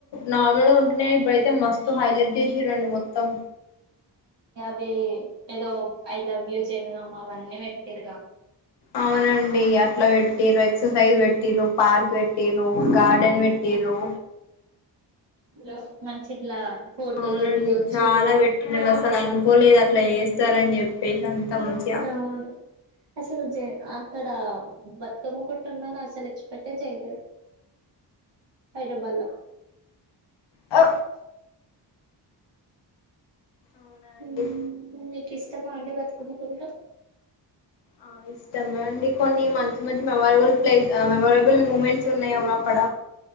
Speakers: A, on the left; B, on the right.
A: నార్మల్గా ఉంటున్నాయి ఇప్పుడయితే మస్తు హైలైట్ చేసిరండి మొత్తం
B: ఏ ఏదో ఐ లవ్ యు జనగాం అవన్నీ పెట్టిర్రుగా
A: అవునండి అట్లా పెట్టి ఎక్సర్సైజ్ పెట్టి పార్క్ పెట్ ట్టిర్రు గార్డెన్ పెట్టిర్రు
B: ఆ మంచి ఇట్లా ఫోటోలు
A: అవునండి
B: దిగొచ్చు
A: చాలా పెట్టినడు అస్సలు అనుకోలేదు అ అట్లా చేస్తార అని చెప్ పే గంత మచిగా
B: అవును అసలు జ అక్కడ బతుకమ్మ కుట్టుందని అస్సలు ఎక్స్పర్ట్ చేయలేదు హైదరాబాద్లా
A: ఓ అవునండి
B: హామ్ ఇష్టమా అండి బతుకమ్మ కుంట్టు
A: ఆ ఇష్టం అండి కొన్ని మంచి మంచి మెమొరబుల్ ప్లే మెమొరబుల్ మూమెంట్స్ ఉన్నాయ అక్కడ